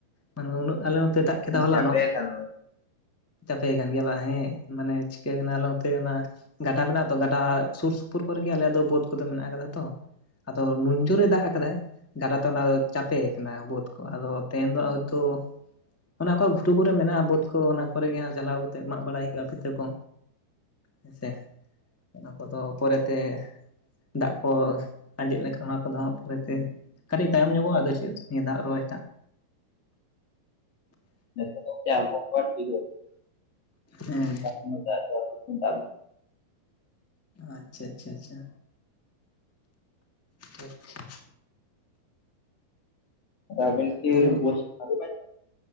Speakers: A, on the left (about 15°); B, on the left (about 45°).
A: ᱢᱟᱱᱮ ᱩᱱᱟᱹᱜ ᱟᱞᱮ ᱛᱮ ᱫᱟᱜ ᱠᱮᱫᱟ ᱦᱚᱞᱟᱱᱚᱜ
B: ᱪᱟᱯᱮ ᱠᱟᱱᱟ
A: ᱪᱟᱯᱮ ᱠᱟᱱ ᱜᱮᱭᱟ ᱵᱟᱝ ᱦᱮᱸ᱾ ᱢᱟᱱᱮ ᱪᱤᱠᱟᱹ ᱠᱟᱱᱟ ᱟᱞᱮ ᱚᱱᱛᱮ ᱚᱱᱟ ᱜᱟᱴᱟ ᱢᱮᱱᱟᱜ ᱛᱚ ᱜᱟᱴᱟ ᱥᱩᱨ ᱥᱩᱯᱩᱨ ᱠᱚᱨᱮ ᱜᱮ ᱟᱞᱮᱭᱟᱜ ᱫᱚ ᱵᱟᱹᱫᱽ ᱠᱚᱫᱚ ᱢᱮᱱᱟᱜ ᱟᱠᱟᱫᱟ ᱛᱚ ᱟᱫᱚ ᱱᱩᱱ ᱡᱩᱨ ᱮ ᱫᱟᱜ ᱟᱠᱟᱫᱟᱭ᱾ ᱜᱟᱰᱟ ᱛᱚᱞᱟ ᱪᱟᱯᱮ ᱟᱠᱟᱱᱟ ᱵᱟᱹᱫᱽ ᱠᱚ ᱟᱫᱚ ᱛᱮᱦᱮᱧ ᱫᱚ ᱦᱳᱭᱛᱚ ᱚᱱᱟ ᱠᱚ ᱜᱷᱩᱴᱩ ᱠᱚᱨᱮ ᱢᱮᱱᱟᱜ-ᱟ ᱵᱟᱹᱫᱽ ᱠᱚ ᱚᱱᱟ ᱠᱚᱨᱮ ᱜᱮ ᱦᱟᱸᱜ ᱡᱟᱞᱟᱣ ᱠᱟᱛᱮᱜ ᱢᱟᱜ ᱵᱟᱲᱟᱭ ᱦᱩᱭᱩᱜ-ᱟ ᱯᱷᱤᱛᱟᱹ ᱠᱚ ᱦᱮᱸᱥᱮ᱾ ᱚᱱᱟ ᱠᱚᱫᱚ ᱯᱚᱨᱮ ᱛᱮ ᱫᱟᱜ ᱠᱚ ᱟᱸᱡᱮᱫ ᱞᱮᱠᱷᱟᱱ ᱚᱱᱟ ᱟᱫᱚ ᱦᱟᱸᱜ ᱯᱚᱨᱮ ᱛᱮ ᱠᱟᱹᱴᱤᱡ ᱛᱟᱭᱚᱢ ᱧᱚᱜᱚᱜ-ᱟ ᱟᱫᱚ ᱪᱮᱫ ᱱᱤᱭᱟᱹ ᱫᱟᱜ ᱨᱚᱦᱚᱭ ᱫᱟᱜ
B: <inaudible>
A: ᱦᱮᱸ ᱟᱪᱪᱷᱟ ᱟᱪᱪᱷᱟ ᱟᱪᱪᱷᱟ <unintelligible>
B: <inaudible>
A: ᱛᱟᱦᱚᱞᱮ